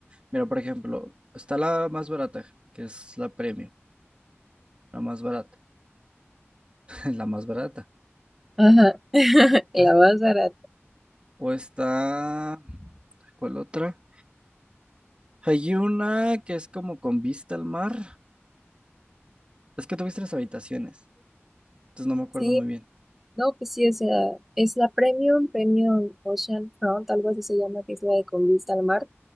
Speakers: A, on the right; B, in the centre.
A: Mira, por ejemplo, está la más barata, que es la premium, la más barata, <laughs> la más barata.
B: ajá, <laughs>
A: O
B: la
A: sea,
B: más barata.
A: o está, ¿cuál otra? Hay una que es como con vista al mar. Es que tuviste las habitaciones, entonces no me acuerdo
B: Sí,
A: muy bien.
B: no, pues sí, o sea, es la Premium, Premium Ocean Front, algo así se llama, que es la de con vista al mar.